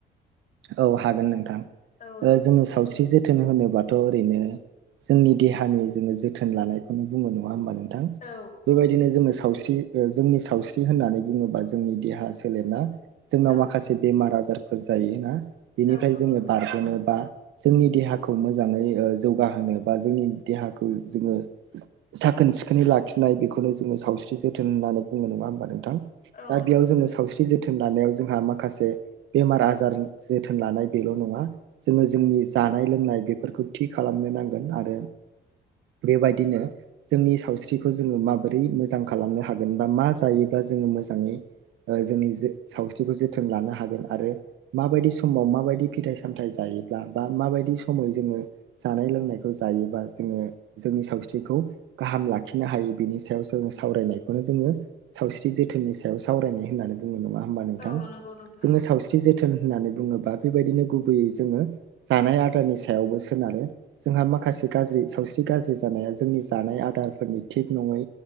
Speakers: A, on the right (about 75°); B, on the left (about 40°).
A: औ हागोन नोंथां
B: औ
A: ओ जोङो सावस्रि जोथोन होनोबा थ' ओरैनो जोंनि देहानि जोङो जोथोन लानायखौनो बुङो नङा होमबा नों थां
B: औ
A: बेबायदिनो
B: औ
A: जोङो साव थि ओ जोंनि सावस्रि होननानै बुङोबा जोंनि देहा सोलेरना जोंनाव
B: औ
A: माखासे बेमार आजार फोर जायो ना बेनिफ्राय
B: औ नंगौ
A: जोङो
B: नोंथां
A: बारग'नो बा जोंनि देहाखौ मोजाङै ओ जौगाहोनो बा जोंनि देहाखौ जोङो साखोन सिखोनै लाखिनाय बेखौनो जोङो सावस्रि जोथोन होननानै बुङो नङा होमबा नोंथां?
B: औ
A: दा बेयाव
B: नंगौ
A: जोङो
B: थारैनो
A: सावस्रि जोथोन लानायाव जोंहा माखासे बेमार आजार जोथोन लानाय बेल' नङा जोङो जोंनि
B: औ
A: जानाय लोंनाय बेफोरखौ थि खालामनो नांगोन आरो बेबायदिनो जोंनि सावस्रिखौ जोङो माबोरै मोजां खालामनो हागोन बा मा जायोब्ला जो जोङो मोजाङै ओ जोंनि जे सावस्रिखौ जोथोन लानो हागोन आरो माबायदि समाव माबायदि फिथाइ सामथाइ जायो योब्ला बा माबायदि समै जोङो जानाय लोंनायखौ जायोबा जोङो जोंनि सावस्रिखौ गाहाम लाखिनो हायो बिनि सायाव जोङो सावरायनायखौनो जोङो सावस्रि जो थोननि सायाव सावरायनाय होननानै बुङो नङा होमबा नोंथां
B: औ नंगौ नोंथां
A: जोङो
B: औ
A: सावस्रि जोथोन होननानै बुङो बा बेबायदिनो गुबैयै जोङो जानाय आदारनि सायावबो सोनारो जोंहा माखासे गाज्रि सावस्रि नि गाज्रि जानाया जोंनि जानाय आदारफोरनि थिग नङै